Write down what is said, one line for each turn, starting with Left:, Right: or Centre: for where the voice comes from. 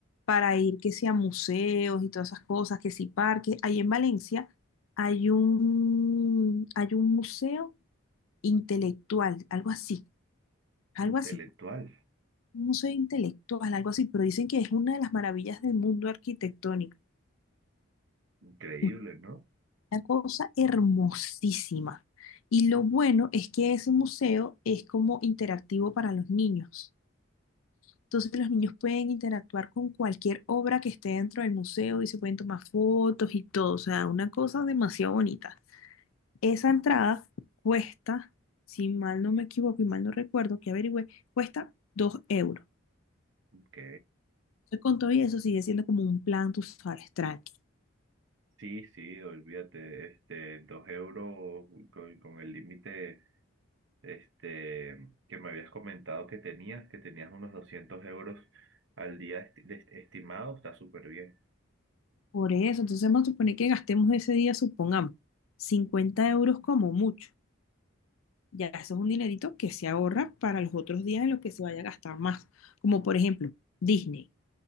Left: para ir que sea museos y todas esas cosas, que si parques. Ahí en Valencia hay un, hay un museo intelectual, algo así, algo
Right: Intelectual,
Left: así. Un museo intelectual, algo así, pero dicen que es una de las maravillas del mundo arquitectónico.
Right: increíble,
Left: Es
Right: ¿no?
Left: Una cosa hermosísima. Y lo bueno es que ese museo es como interactivo para los niños. Entonces los niños pueden interactuar con cualquier obra que esté dentro del museo y se pueden tomar fotos y todo. O sea, una cosa demasiado bonita. Esa entrada cuesta, si mal no me equivoco y mal no recuerdo, que averigüé, cuesta dos euros.
Right: Ok.
Left: Entonces con todo y eso sigue siendo como un plan, tú sabes, tranqui.
Right: Sí, sí, olvídate, este, dos euros con, con el límite. este, que me habías comentado que tenías, que tenías unos 200 euros al día esti- de- estimado, está súper bien.
Left: Por eso, entonces vamos a suponer que gastemos ese día, supongamos, 50 euros como mucho. Ya eso es un dinerito que se ahorra para los otros días en los que se vaya a gastar más. Como por ejemplo, Disney.